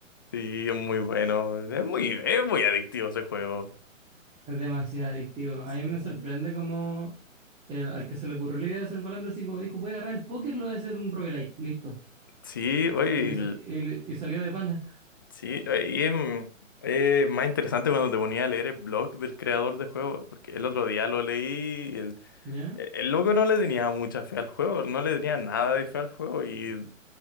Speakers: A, on the left; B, on the right.
A: Sí, es muy bueno, es muy, es muy adictivo ese juego.
B: Es demasiado adictivo. A
A: Sí,
B: mí me sorprende como el- al que se le ocurrió la idea de hacer Balatro, así como dijo, voy a agarrar el póker, lo voy a hacer un roguelike. Listo.
A: sí, oye,
B: Y, le
A: el-
B: sa- y le- y salió de pana.
A: sí, eh, y es, m- es más interesante cuando te ponía a leer el blog del creador de juego, porque el otro día lo leí, y el,
B: ¿Ya?
A: e, el loco no le tenía mucha fe al juego, no le tenía nada de fe al juego y